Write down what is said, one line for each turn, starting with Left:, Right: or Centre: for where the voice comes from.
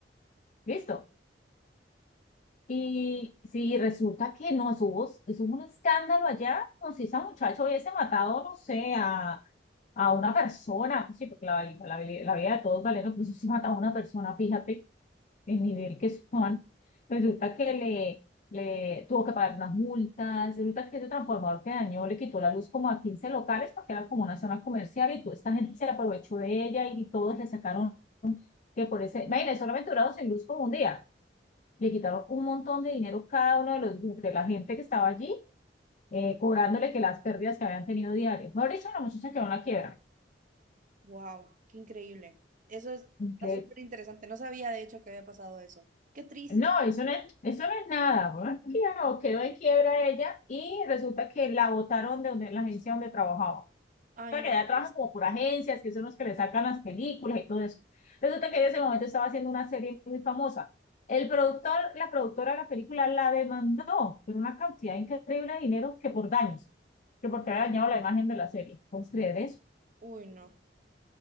Left: ¿Listo? Y si resulta que no, eso hubo, eso hubo un escándalo allá, como si ese muchacho hubiese matado, no sé, a, a una persona, pues sí, porque la, la, la vida de todos vale, no, pues si se mataba a una persona, fíjate, el nivel que son, resulta que le, le tuvo que pagar unas multas, resulta que ese transformador que dañó le quitó la luz como a 15 locales porque era como una zona comercial y toda esta gente se aprovechó de ella y todos le sacaron que por ese, imagínense, solamente duraron sin luz como un día, le quitaron un montón de dinero cada uno de los de la gente que estaba allí, eh, cobrándole que las pérdidas que habían tenido diarias. Mejor dicho, la muchacha quedó en la quiebra.
Right: wow, qué increíble. Eso es-
Left: Ok,
Right: está súper interesante. No sabía de hecho que había pasado eso. Qué triste.
Left: No, eso no es, eso no es nada. Bueno, es que ya, no, quedó en quiebra ella y resulta que la botaron de donde, la agencia donde trabajaba. O
Right: Ay,
Left: sea,
Right: no,
Left: que ella
Right: pero
Left: trabaja
Right: es-
Left: como por agencias, que son los que le sacan las películas y todo eso. Resulta que ella en ese momento estaba haciendo una serie muy famosa. El productor, la productora de la película la demandó por una cantidad increíble de dinero que por daños, que porque había dañado la imagen de la serie. ¿Puedes creer eso?
Right: uy, no.